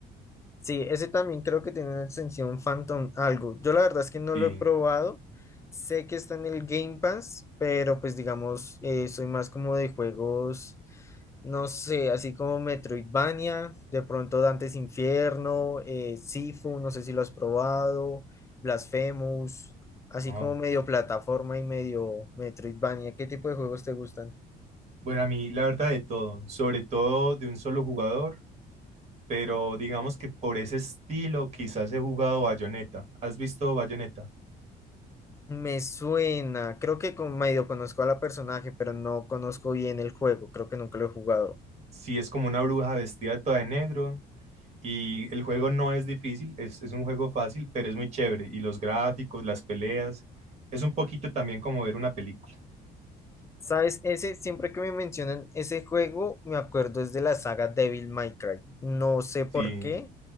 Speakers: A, on the left (about 15°); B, on the right (about 40°).
A: Sí, ese también creo que tiene una extensión Phantom algo. Yo la verdad es que no
B: Sí.
A: lo he probado. Sé que está en el Game Pass, pero pues digamos, eh, soy más como de juegos, no sé, así como Metroidvania, de pronto Dante's Infierno, eh, Sifu, no sé si lo has probado, Blasphemous, así
B: no.
A: como medio plataforma y medio Metroidvania. ¿Qué tipo de juegos te gustan?
B: Bueno, a mí la verdad de todo, sobre todo de un solo jugador, pero digamos que por ese estilo quizás he jugado Bayonetta. ¿Has visto Bayonetta?
A: Me suena, creo que con, medio conozco a la personaje, pero no conozco bien el juego, creo que nunca lo he jugado.
B: Sí, es como una bruja vestida toda de negro y el juego no es difícil, es, es un juego fácil, pero es muy chévere. Y los gráficos, las peleas, es un poquito también como ver una película.
A: ¿Sabes? Ese, siempre que me mencionan ese juego, me acuerdo es de la saga Devil May Cry. No sé por
B: Sí,
A: qué.